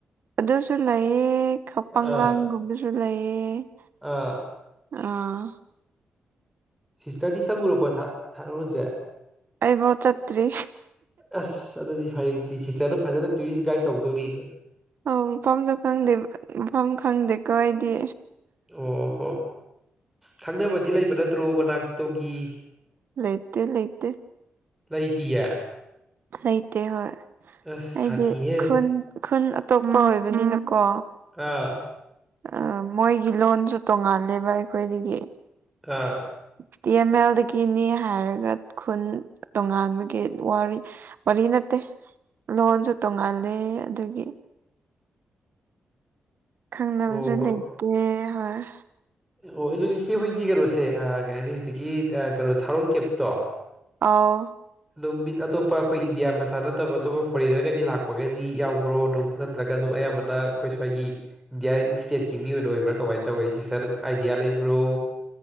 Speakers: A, on the right; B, in the centre.
A: ꯑꯗꯨꯁꯨ ꯂꯩꯌꯦ ꯈꯄꯪꯂꯥꯡꯒꯨꯝꯕꯁꯨ
B: ꯑꯥ
A: ꯂꯩꯌꯦ
B: ꯑꯥ
A: ꯑꯥ
B: ꯁꯤꯁꯇꯔꯗꯤ ꯆꯪꯉꯨꯔꯕ ꯊꯥ ꯊꯥꯔ‌ꯣꯟꯖꯦ
A: ꯑꯩꯕꯨ ꯆꯠꯇ꯭ꯔꯤ
B: ꯑꯁ ꯑꯗꯨꯗꯤ ꯍꯌꯦꯡ ꯁꯤꯁꯇꯔꯅ ꯐꯖꯅ ꯇꯨꯔꯤꯁ ꯒꯥꯏꯠ ꯇꯧꯗꯧꯔꯤꯅꯦ
A: ꯑꯧ ꯃꯐꯝꯁꯨ ꯈꯪꯗꯦ ꯃꯐꯝ ꯈꯪꯗꯦꯀꯣ ꯑꯩꯗꯤ
B: ꯑꯣ ꯍꯣ ꯈꯪꯅꯕꯗꯤ ꯂꯩꯕ ꯅꯠꯇ꯭ꯔꯣ ꯃꯅꯥꯛꯇꯣꯒꯤ
A: ꯂꯩꯇ‌ꯦ ꯂꯩꯇ‌ꯦ
B: ꯂꯩꯇꯤꯌ‌ꯦ
A: ꯂꯩꯇꯦ ꯍꯣꯏ
B: ꯑꯁ
A: ꯑꯩꯗꯤ
B: ꯁꯥꯊꯤꯍꯦ
A: ꯈꯨꯟ ꯈꯨꯟ ꯑꯇꯣꯞꯄ ꯑꯣꯏꯕꯅꯤꯅꯀꯣ
B: ꯑꯥ
A: ꯑ ꯃꯣꯏꯒꯤ ꯂꯣꯟꯁꯨ ꯇꯣꯡꯉꯥꯜꯂꯦꯕ ꯑꯩꯈꯣꯏꯗꯒꯤ
B: ꯑꯥ
A: ꯇꯤ ꯑꯦꯝ ꯑꯦꯜꯗꯒꯤꯅꯤ ꯍꯥꯏꯔꯒ ꯈꯨꯟ ꯇꯣꯉꯥꯟꯕꯒꯤ ꯋꯥꯔꯤ ꯋꯥꯔꯤ ꯅꯠꯇꯦ ꯂꯣꯟꯁꯨ ꯇꯣꯡꯉꯂꯦ ꯑꯗꯨꯒꯤ ꯈꯪꯅꯕꯁꯨ
B: ꯑꯣ ꯍꯣꯏ
A: ꯂꯩꯇꯦ ꯍꯣꯏ
B: ꯑꯣ ꯑꯗꯨꯗꯤ ꯏꯆꯦ ꯍꯣꯏꯒꯤ ꯀꯩꯅꯣꯁꯦ ꯀꯩ ꯍꯥꯏꯅꯤ ꯍꯧꯖꯤꯛꯀꯤ ꯀꯩꯅꯣ ꯊꯥꯔꯣꯟ ꯀꯦꯞꯁꯇꯣ
A: ꯑꯥꯎ
B: ꯑꯗꯨꯝ ꯃꯤꯠ ꯑꯇꯣꯞꯄ ꯑꯩꯈꯣꯏ ꯏꯟꯗꯤꯌꯥ ꯃꯆꯥ ꯅꯠꯇꯕ ꯑꯇꯣꯞꯄ ꯐꯣꯔꯦꯟꯅꯔꯒꯗꯤ ꯂꯥꯛꯄꯒꯗꯤ ꯌꯥꯎꯕ꯭ꯔꯣ ꯑꯗꯨꯝ ꯅꯠꯇ꯭ꯔꯒ ꯑꯗꯨꯝ ꯑꯌꯥꯝꯕꯅ ꯑꯩꯈꯣꯏ ꯁ꯭ꯋꯥꯏꯒꯤ ꯏꯟꯗꯤꯌꯥꯟ ꯁ꯭ꯇꯦꯠꯀꯤ ꯃꯤ ꯑꯣꯏꯅ ꯑꯣꯏꯕ꯭ꯔꯥ ꯀꯃꯥꯏꯅ ꯇꯧꯏꯤ ꯁꯤꯁꯇꯔ ꯑꯥꯏꯗꯤꯌꯥ ꯂꯩꯕ꯭ꯔꯣ